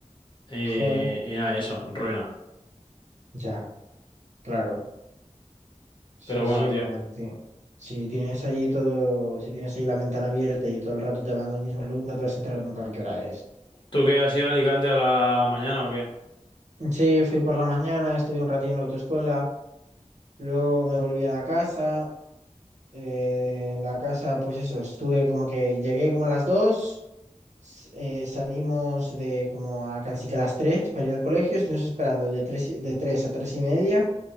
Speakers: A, on the left (about 40°); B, on the right (about 70°).
A: Y,
B: joder.
A: y nada, y eso, ruina.
B: Ya, claro. Sí,
A: Pero bueno,
B: sí,
A: tío.
B: porque en- si tienes ahí todo, si tienes ahí la ventana abierta y todo el rato te va dando el mismo luz, no te vas a enterar nunca a qué hora es.
A: ¿Tú qué has ido a Alicante a la mañana o qué?
B: Sí, fui por la mañana, estuve un ratito en la autoescuela. Luego me volví a la casa. eh, en la casa, pues eso, estuve como que llegué como a las dos s- eh, salimos de como a casi que a las 3 para ir al colegio, estuvimos esperando de tres y- de 3 a 3 y media.